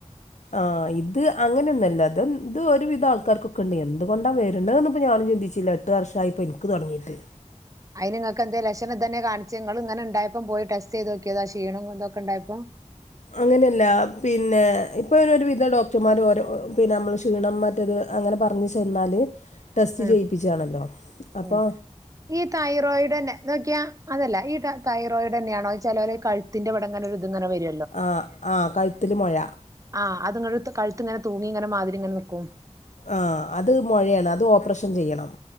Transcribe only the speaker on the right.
അയിന് ഇങ്ങക്കെന്തെ ലഷണം ഇതെന്നെ കാണിച്ചെ ഇങ്ങള് ഇങ്ങനണ്ടായപ്പൊ പോയി ടെസ്റ്റീതോക്ക്യത ക്ഷീണം ഇതൊക്ക ഇണ്ടായപ്പൊ
ആഹ്
ഉം ഈ തൈറോയ്ഡെന്നെ നോക്ക്യാ അതല്ല ഈ തയ് റോയ്ഡെന്ന്യാണൊ ചെലോല ഈ കഴ്ത്തിന്റെവിടങ്ങനൊര് ഇത്ങ്ങനെ വര
ആഹ് അത് ഇങ്ങട് കഴുത്ത് ഇങ്ങന തൂങ്ങി ഇങ്ങനെ മാതിരി ഇങ്ങന നിക്കും